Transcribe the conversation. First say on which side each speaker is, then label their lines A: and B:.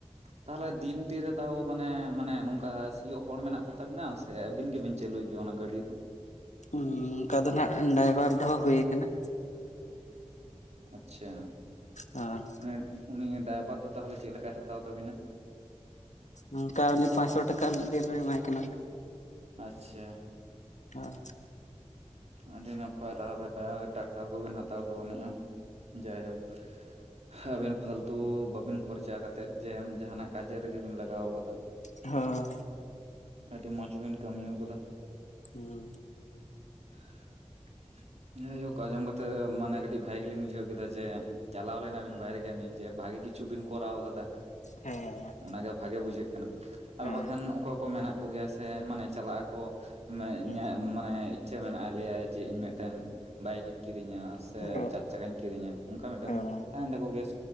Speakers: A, on the right (about 65°); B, on the left (about 85°).
A: ᱛᱟᱦᱚᱞᱮ ᱫᱤᱱ ᱴᱤ ᱨᱮ ᱛᱟᱣᱚᱜ, ᱢᱟᱱᱮ- ᱢᱟᱱᱮ ᱱᱚᱝᱠᱟ ᱥᱤᱭᱳᱜ ᱦᱚᱲ ᱢᱮᱱᱟᱜ ᱠᱚ ᱛᱟᱵᱤᱱᱟ᱾ ᱥᱮ ᱟᱹᱵᱤᱱ ᱜᱮᱵᱮᱱ ᱪᱟᱹᱞᱩᱭ ᱜᱮᱭᱟ, ᱚᱱᱟ ᱜᱟᱹᱰᱤ ᱫᱚ?
B: ᱦᱩᱸ ᱚᱱᱠᱟ ᱫᱚ ᱱᱟᱜ, ᱰᱟᱭᱵᱟᱨ ᱫᱚᱦᱚᱸ ᱦᱩᱭ ᱟᱠᱟᱱᱟ᱾
A: ᱟᱪᱪᱷᱟ
B: ᱦᱟᱸ
A: ᱢᱟᱱᱮ ᱩᱱᱤ ᱰᱟᱭᱵᱷᱟᱨ ᱫᱚ ᱛᱟᱦᱚᱞᱮ, ᱪᱮᱫ ᱞᱮᱠᱟᱭ ᱦᱟᱛᱟᱣ ᱛᱟᱵᱤᱱᱟ᱾
B: ᱱᱚᱝᱠᱟ ᱩᱱᱤ ᱯᱟᱸᱪᱥᱚ ᱴᱟᱠᱟ ᱢᱤᱫ ᱫᱤᱱ ᱨᱮ ᱮᱢᱟᱭ ᱠᱟᱱᱟ ᱞᱮ᱾
A: ᱟᱪᱪᱷᱟ
B: ᱦᱚᱭ
A: ᱟᱹᱰᱤ ᱱᱟᱯᱟᱭ ᱛᱟᱦᱚᱞᱮ, ᱴᱟᱠᱴᱟᱨ ᱠᱚᱵᱤᱱ ᱦᱟᱛᱟᱣ ᱠᱟᱣ ᱱᱤᱡ-ᱟ᱾ ᱡᱟᱭᱦᱳᱠ <inaudible> ᱟᱹᱵᱤᱱ ᱯᱷᱟᱞᱛᱩ ᱵᱟᱹᱵᱤᱱ ᱠᱷᱚᱨᱪᱟ ᱠᱟᱛᱮᱫ, ᱡᱮ ᱡᱟᱦᱟᱱᱟᱜ ᱠᱟᱡᱮ ᱨᱮᱜᱮ ᱵᱤᱱ ᱞᱟᱜᱟᱣ ᱟᱠᱟᱫᱟ᱾
B: ᱦᱳᱭ
A: ᱟᱹᱰᱤ ᱢᱚᱡᱽ ᱵᱤᱱ ᱠᱟᱹᱢᱤ ᱟᱠᱟᱫᱟ᱾
B: ᱦᱩᱸ
A: <inaudible> ᱡᱟᱭᱦᱳᱠ ᱟᱸᱡᱚᱢ ᱠᱟᱛᱮ ᱢᱟᱱᱮ ᱠᱟᱹᱴᱤᱡ ᱵᱷᱟᱜᱮ ᱜᱮᱞᱤᱧ ᱵᱩᱡᱷᱟᱹᱣ ᱠᱮᱫᱟ ᱡᱮ ᱪᱟᱞᱟᱣ ᱞᱮᱱᱟ ᱵᱤᱱ ᱵᱟᱭᱨᱮ ᱠᱟᱹᱢᱤ ᱡᱮ ᱵᱷᱟᱜᱤ ᱠᱤᱪᱷᱩ ᱵᱤᱱ ᱠᱚᱨᱟᱣ ᱠᱟᱫᱟ
B: ᱦᱮᱸ
A: ᱚᱱᱟᱜᱮ ᱵᱷᱟᱜᱮ ᱵᱩᱡᱷᱟᱹᱜ ᱠᱟᱱᱟ ᱟᱨ
B: ᱦᱮᱸ
A: ᱵᱟᱠᱷᱟᱱ ᱚᱠᱚᱭ ᱠᱚ ᱢᱮᱱᱟᱜ ᱠᱚᱜᱮᱭᱟ ᱥᱮ ᱢᱟᱱᱮ ᱪᱟᱞᱟᱜ ᱟᱠᱚ ᱢᱟᱱᱮ
B: ᱦᱩᱸ
A: ᱤᱧᱟᱹᱜ ᱢᱟᱱᱮ ᱤᱪᱪᱷᱟᱹ ᱢᱮᱱᱟᱜ-ᱟ ᱞᱮᱭᱟᱭ ᱡᱮ ᱤᱧ ᱢᱮᱫᱴᱮᱱ ᱵᱟᱭᱤᱠ ᱤᱧ ᱠᱤᱨᱤᱧᱟ ᱥᱮ
B: ᱟᱨᱚ
A: ᱪᱟᱨ ᱪᱟᱠᱟᱧ ᱠᱤᱨᱤᱧᱟ ᱚᱱᱠᱟ ᱢᱤᱫᱴᱟᱝ
B: ᱦᱚᱸ
A: ᱥᱚᱠ ᱛᱟᱸᱦᱮᱱ ᱛᱟᱠᱚ ᱜᱮᱭᱟ